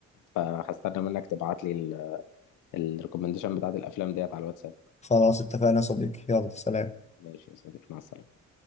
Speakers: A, on the left (about 85°); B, on the left (about 20°).
A: فهستنى منك تبعت لي الريكومنديشن بتاعت الافلام ديت على الواتساب
B: خلاص اتفقنا يا صديقي يلا سلام
A: ماشي يا صديقي مع السلامة